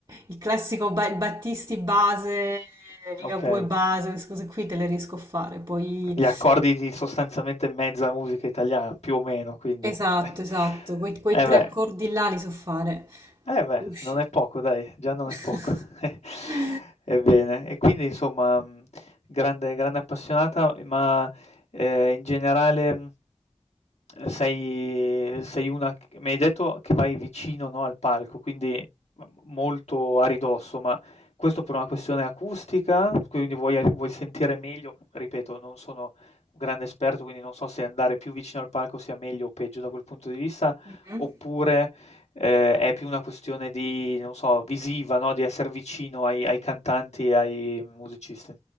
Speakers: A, on the right (about 40°); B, on the left (about 85°).
A: Il classico ba- Battisti base, Ligabue
B: Okay.
A: base, queste cose qui te le riesco a fare, poi...
B: Gli accordi di sostanzialmente mezza musica italiana, più o meno, quindi.
A: Esatto,
B: <laughs>
A: esatto, quei, quei
B: Eh
A: tre
B: beh.
A: accordi là li so fare.
B: Eh beh,
A: Usci.
B: non è poco dai, già non
A: <laughs>
B: è poco. <laughs> Ebbene, e quindi insomma, mh, grande, grande appassionata, ma eh, in generale mh, sei, sei una, che- mi hai detto che vai vicino, no, al palco, quindi m- molto a ridosso, ma questo per una questione acustica, quindi vuoi, vuoi sentire meglio, ripeto, non sono un grande esperto, quindi non so se andare più vicino al palco sia meglio o peggio da quel punto di vista,
A: Mhm.
B: oppure Ehm, è più una questione di, non so, visiva, no, di esser vicino ai ai cantanti e ai musicisti.